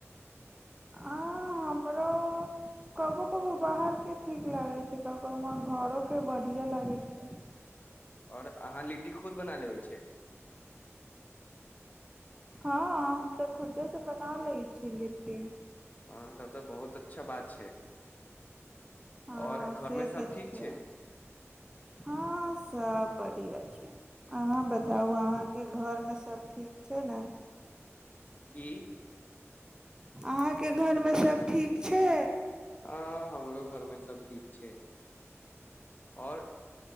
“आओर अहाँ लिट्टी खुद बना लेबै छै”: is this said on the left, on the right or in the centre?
Left